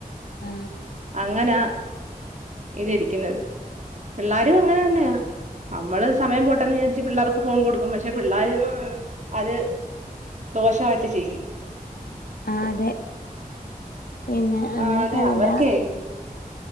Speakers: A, on the left; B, on the right.
A: ആഹ്
B: അങ്ങനാ ഇത് ഇരിക്ക്ന്നത് പിള്ളേരും അങ്ങനെ തന്നെയാ നമ്മള് സമയം പോട്ടെന്ന് വിചാരിച്ചു പിള്ളേർക്ക് ഫോൺ കൊടുക്കും പക്ഷെ പിള്ളാര് അത് ദോഷമായിട്ട് ചെയ്യും
A: ആഹ് അതെ പിന്നെ അങ്ങനെയൊക്കെയണല്ല
B: ആഹ് അതെ അവർക്കേ